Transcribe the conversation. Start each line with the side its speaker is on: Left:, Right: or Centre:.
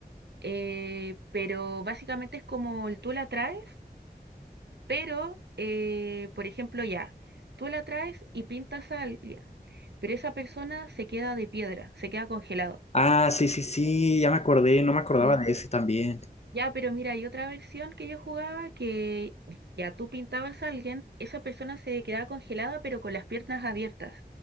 Right: eh, pero básicamente es como el tú la traes, pero, eh, por ejemplo, ya, tú la traes y pintas a alguien, pero esa persona se queda de piedra, se queda congelado.
Left: Ah, sí, sí, sí, ya me acordé, no me acordaba
Right: sí
Left: de ese también.
Right: Ya, pero mira, hay otra versión que yo jugaba que ya tú pintabas a alguien, esa persona se quedaba congelada pero con las piernas abiertas.